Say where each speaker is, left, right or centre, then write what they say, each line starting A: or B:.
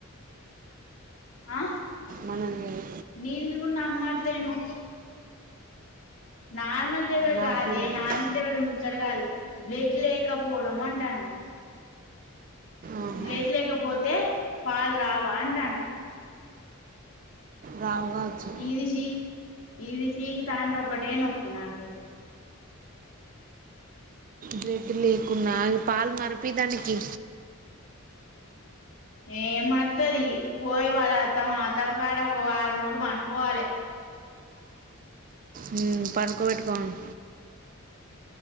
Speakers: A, on the left; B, on the right.
A: ఆ.
B: మనం. <unintelligible>
A: నేన్ గుడ్ నమ్మట్లేనూ. నార్మల్. <unintelligible> వ
B: నాకేం
A: గాదే
B: తెలుసు
A: నార్మల్ డెవిలర్ ముంద్. బ్లడ్ లేకపోవడం అంటాన్న,
B: ఆహా.
A: బ్లడ్ లేకపోతే పాల్ రావా అంటాన్న.
B: రావు కావచ్చు
A: ఇది చీ, ఇది చీకుత అంటే, ఒకటే నొప్పి నాకైతే.
B: బ్రెడ్ లేకున్నా, పాల్ మరిపి దానికి.
A: ఏం మర్తది, పోయి వాళ్ళ అత్త, అత్తమ్మ కాడ ఒక వారం రోజులు పన్డ్కోవాలే.
B: హుమ్మ్ పన్డుకోబేట్టుకోఅను.